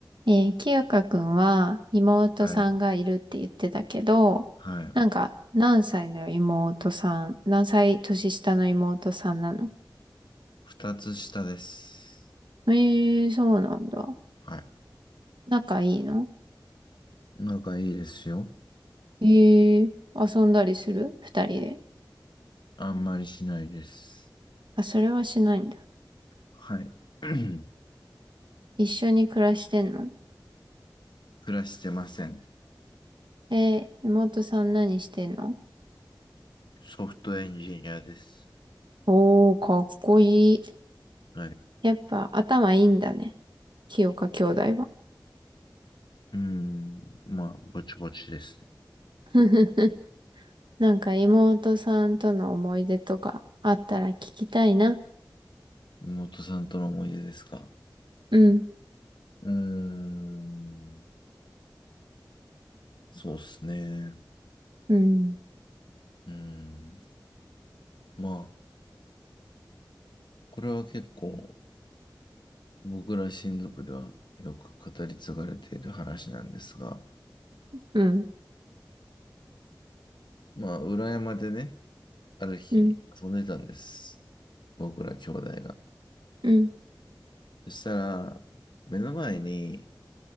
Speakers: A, on the right; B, on the left.
A: えー、清香くんは妹さんがいるって言ってたけど、
B: はい。はい。
A: なんか何歳の妹さん、何歳年下の妹さんなの
B: 二つ下です。
A: えー、そうなんだ。
B: はい。
A: 仲いいの
B: 仲いいですよ。
A: えー、遊んだりする二人で。
B: あんまりしないです。
A: あ、それはしないんだ。
B: はい。<clears throat>
A: 一緒に暮らしてんの
B: 暮らしてません。
A: えー、妹さん何してんの
B: ソフトエンジニアです。
A: おー、かっこいい。
B: はい。う
A: やっぱ頭いいんだね。清香兄弟は。
B: ーん。まあ、ぼちぼちです。
A: <laughs> なんか妹さんとの思い出とかあったら聞きたいな。
B: 妹さんとの思い出ですか
A: うん、
B: うーん。そうっすね。
A: うん、
B: うーん。まあ、これは結構僕ら親族ではよく語り継がれている話なんですが、
A: うん、
B: まあ、裏山でね、ある日、
A: うん、
B: 遊んでたんです。僕ら兄弟が。
A: うん。
B: そしたら、目の前に